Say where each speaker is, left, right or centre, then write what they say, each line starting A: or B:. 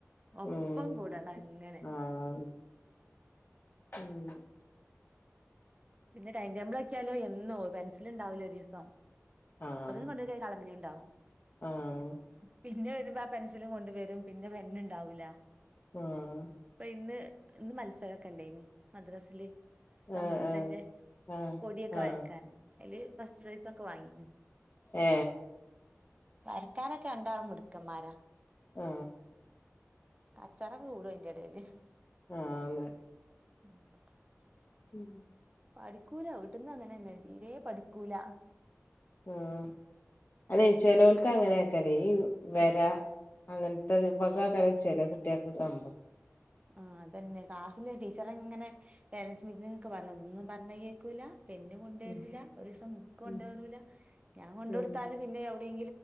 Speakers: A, on the right (about 25°); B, on the left (about 40°).
A: ഒപ്പം
B: ഉം
A: കൂടണം അങ്ങനെ
B: ആഹ് ഉം
A: പിന്നെ ടൈം ടേബിൾ ആക്കിയാലോ എന്നോ പെൻസില് ഉണ്ടാവലോ ദിവസം
B: ആഹ്
A: അപ്പൊ തന്നെ കൊണ്ടോയി കളങ്ങനിണ്ടാവും
B: ആഹ്
A: പിന്നെ വരുമ്പ ആ പെൻസിലും കൊണ്ട് വരും പിന്നെ പെന്നുണ്ടാവൂല
B: ആഹ്
A: ഇപ്പൊ ഇന്ന് ഇന്ന് മത്സരമൊക്കെ ഉണ്ടായിനി മദ്രാസ്
B: ആഹ്
A: സമസ്തന്റെ
B: ആഹ് ആഹ്
A: കൊടിയൊക്കെ
B: ആഹ്
A: വരക്കാൻ അതില് ഫസ്റ്റ് പ്രൈസ് ഒക്കെ വാങ്ങി
B: ഏ
A: വരക്കാനൊക്കെ രണ്ടാളും മുടുക്കന്മാരാ
B: ആ
A: കച്ചറൊക്കെ കൂടും അതിന്റെ ഇടയില്
B: ആ ന്ന്
A: <unintelligible>
B: ഉം
A: പഠിക്കൂല വീട്ടിന്ന് അങ്ങനെന്നെ തീരെ പഠിക്കൂല
B: ഉം അല്ല
A: ഫസ്റ്റ്
B: ചെലോൽക്ക് അങ്ങനെയൊക്കല്ലേ ഈ വര അങ്ങനെ കരച്ചല്ലേ കുട്ട്യാർക്ക് കമ്പം
A: ആ അതന്നെ ക്ലാസ്സിന്റെ ടീച്ചർ എങ്ങനെ പേരൻറ്സ് മീറ്റിംഗൊക്കെ പറയും പർണെ കേക്കൂല പെന്ത് കൊണ്ട്
B: ഉം
A: വരൂല ഒരു ദിവസം ബു ക്ക് കൊണ്ട്
B: ഉം
A: വരൂല്ല ഞാൻ കൊണ്ട് കൊടുത്താലും
B: ഉം
A: പിന്നെ അവി